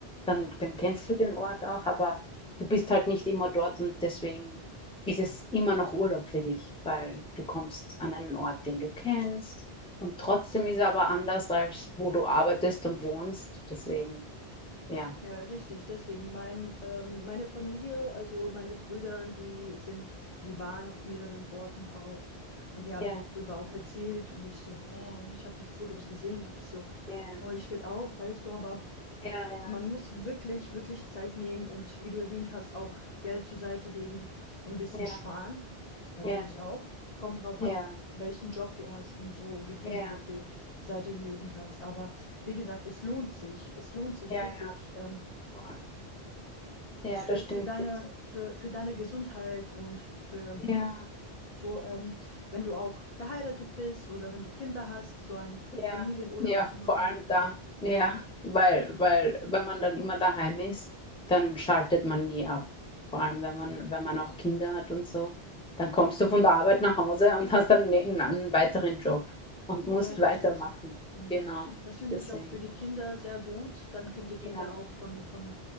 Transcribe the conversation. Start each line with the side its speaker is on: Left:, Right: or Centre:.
Centre: dann, dann kennst du den Ort auch, aber du bist halt nicht immer dort und deswegen ist es immer noch Urlaub für dich, weil du kommst an einen Ort, den du kennst und trotzdem ist er aber anders, als wo du arbeitest und wohnst. Deswegen, ja.
Left: Ja, richtig. Deswegen mein, ähm, meine Familie, also meine Brüder, die sind, die waren auf mehreren Orten auch und die haben
Centre: Ja,
Left: mir drüber auch erzählt und ich so, boah, und ich habe die Fotos gesehen und ich so,
Centre: ja,
Left: boah, ich will auch, weißt du, aber
Centre: ja,
Left: man muss wirklich, wirklich Zeit nehmen und wie du erwähnt hast, auch Geld zur Seite legen und ein bisschen
Centre: ja,
Left: sparen, natürlich
Centre: ja, ja,
Left: auch. Kommt drauf
Centre: ja,
Left: an, welchen Job du hast und so, wie viel
Centre: ja,
Left: du auf die Seite hinlegen kannst, aber wie gesagt, es lohnt sich. Es lohnt sich
Centre: ja,
Left: wirklich,
Centre: ja,
Left: ähm,
Centre: voll. ja,
Left: für
Centre: da stimme
Left: für deine
Centre: ich dir zu.
Left: für für deine Gesundheit und für
Centre: Ja,
Left: so, ähm wenn du auch verheiratet bist oder wenn du Kinder hast, so einen
Centre: ja,
Left: Familienurlaub
Centre: ja,
Left: zu machen.
Centre: vor allem dann, ja, weil, weil, wenn man dann immer daheim ist, dann schaltet man nie ab. Vor allem, wenn man, wenn man auch Kinder hat und so, dann kommst du von der Arbeit nach Hause und hast dann ne- einen weiteren Job und musst
Left: Ja, richtig.
Centre: weitermachen.
Left: Mhm.
Centre: Genau,
Left: Das finde
Centre: deswegen,
Left: ich auch für die Kinder sehr gut. Dann können die Kinder
Centre: ja,
Left: auch von von,